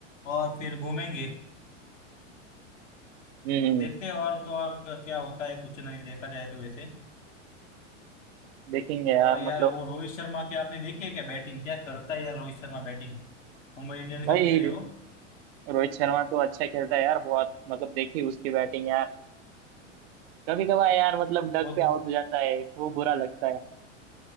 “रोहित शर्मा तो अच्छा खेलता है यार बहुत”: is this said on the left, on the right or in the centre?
Right